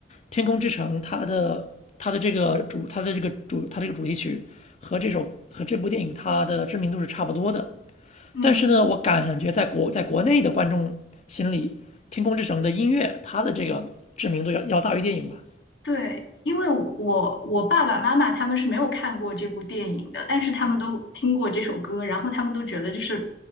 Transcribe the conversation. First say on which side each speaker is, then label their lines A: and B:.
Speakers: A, on the left; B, on the left.
A: 《天空之城》它的它的这个主它的这个主它这个主题曲和这首和这部电影它的知名度是差不多的。
B: 嗯。
A: 但是呢，我感觉在国在国内的观众心里，《天空之城》的音乐它的这个知名度要要大于电影吧。
B: 对，因为我我爸爸妈妈他们是没有看过这部电影的，但是他们都听过这首歌，然后他们都觉得这是